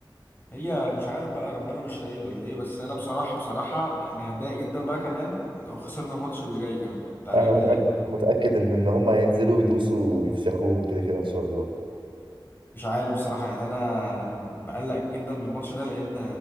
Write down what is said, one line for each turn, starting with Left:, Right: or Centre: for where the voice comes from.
Left: هي مش عارف بقى ربنا مش سعيد ولا ايه بس انا بصراحه بصراحه يعني هتضايق جدا بقى كمان لو خسرنا الماتش اللي جاي كمان بتاع
Right: انا
Left: ريال مدريد
Right: متاكد متاكد ان ان هم هينزلوا يدوسوا ويفشخوهم كده كده ان شاء الله
Left: مش عارف بصراحه يعني انا مقلق جدا من الماتش ده لان